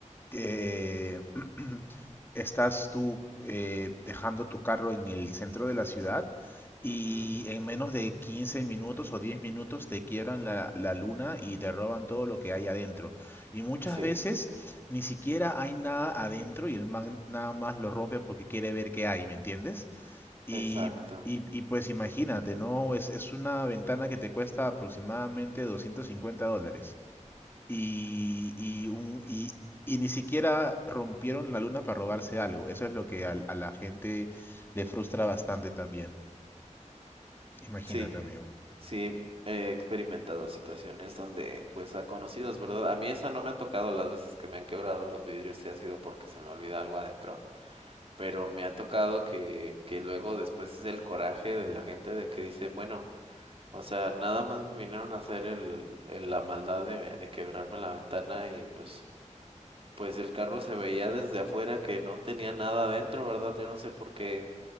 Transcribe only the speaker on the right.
Ujú,
Sí,
exacto.
Sí,
sí, he experimentado situaciones donde, pues, a conocidos, ¿verdad? A mí esa no me ha tocado las veces que me han quebrado los vidrios, y ha sido porque se me olvida algo adentro, pero me ha tocado que, que luego después es el coraje de la gente de que dicen, bueno, o sea, nada más me vinieron a hacer el, el- la maldad de, de quebrarme la ventana y pues, pues el carro se veía desde afuera que no tenía nada adentro, ¿verdad? Yo no sé por qué